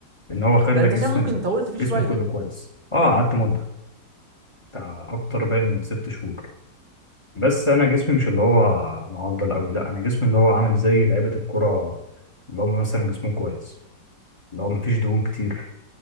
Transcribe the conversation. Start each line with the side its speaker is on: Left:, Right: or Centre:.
Left: ان هو خلى
Right: ده انت
Left: جسم
Right: عشان ممكن
Left: ال-
Right: طولت فيه
Left: جسمه
Right: شوية
Left: كله كويس اه قعدت مده بتاع اكتر
Right: امم
Left: باين من ست شهور بس انا جسمي مش اللي هو معضل قوي لا انا جسمي اللي هو عامل زي لعيبه الكره اللي هم مثلا جسمهم كويس اللي هو مفيش دهون كتير